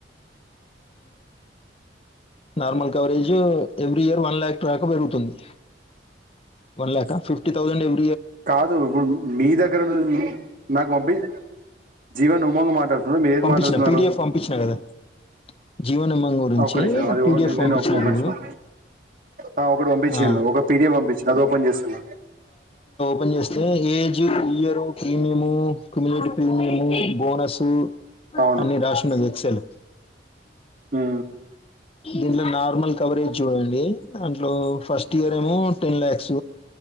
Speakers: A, on the left; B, on the right.
A: normal coverage every year one lakh దకా పెరుగుతుంది వన్ ల్యాక ఫిఫ్టీ థౌసేండ్ ఎం
B: కాదు ఇప్పుడు నీ దగ్గర ఉన్నది నీ నాకు పంపియి జీవన్ ఉమంగు మాట్లాడుతున్నా మీరు ఏది
A: పంపించిన
B: మాట్లాడుతున్నారు
A: పీడిఎఫ్ పంపించిన కదా జీవనింబం గురించి
B: ఆ ఒక్క నిమీషాం అది
A: పీడిఎఫ్
B: ఓ నేను
A: పంపించిన
B: ఒక
A: చూడు
B: నిమిషం ఆ ఇప్పుడు పంపిచిల్లు
A: ఆ
B: ఒక పీ డి ఎఫ్ పంపించినా అది ఓపెన్ చేస్తున్నా
A: పని చేస్తే age year premium community premium bonus
B: అవును
A: అన్ని రాశివున్నది ఎక్సల్
B: ఉమ్
A: దీంట్లో నార్మల్ కవరేజ్ జుడండి అ ట్లో ఫస్ట్ ఇయర్ ఏమో ten lakhs